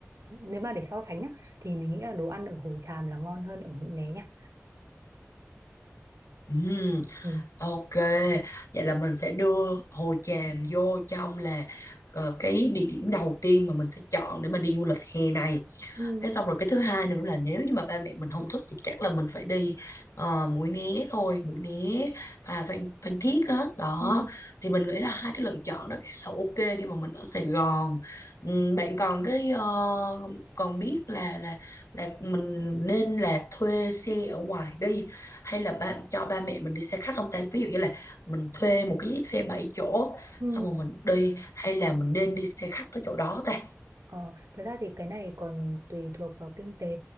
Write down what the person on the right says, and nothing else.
nếu mà để so sánh nhá thì mình nghĩ là đồ ăn ở Hồ Tràm là ngon hơn ở Mũi Né nha
ừ.
Ừ.
Ừ.
Ừ.
Ờ, thật ra thì cái này còn tùy thuộc vào kinh tế,